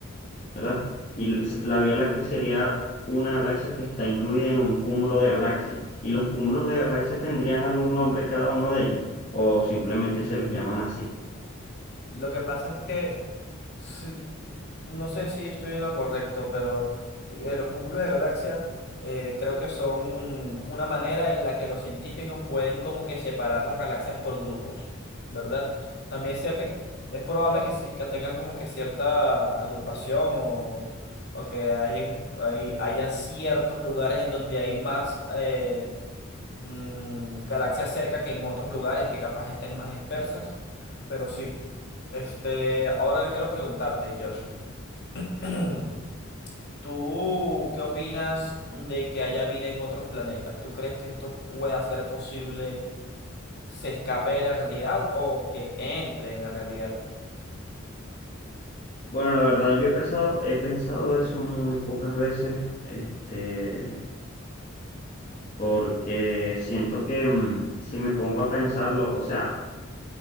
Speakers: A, on the left; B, on the left.
A: ¿verdad? Y l- s-
B: Ujú.
A: la Vía Láctea sería una galaxia que está incluida en un cúmulo de galaxias. ¿Y los cúmulos de galaxias tendrían algún nombre cada uno de ellos? ¿O simplemente se les llaman así?
B: Lo que pasa es que sí No sé si estoy en lo correcto, pero eh, los cúpulos de galaxia eh, creo que son una manera en la que los científicos pueden como que separar las galaxias por grupos, ¿verdad? También es cierto, es probable que sí, que tengan como que cierta agrupación o, o que hay un- hay- hayan ciertos lugares en donde hay más eh, mm, galaxias cerca que en otros lugares que capaz estén más dispersas, pero sí. Este, ahora yo quiero preguntarte, Josh. <clears throat> ¿Tú qué opinas de que haya vida en otros planetas? ¿Tú crees que esto pueda ser posible, se escape de la realidad o que entre en la realidad?
A: Bueno, la verdad, yo he pensado, he pensado eso muy pocas veces, este, porque siento que mm, si me pongo a pensarlo, o sea,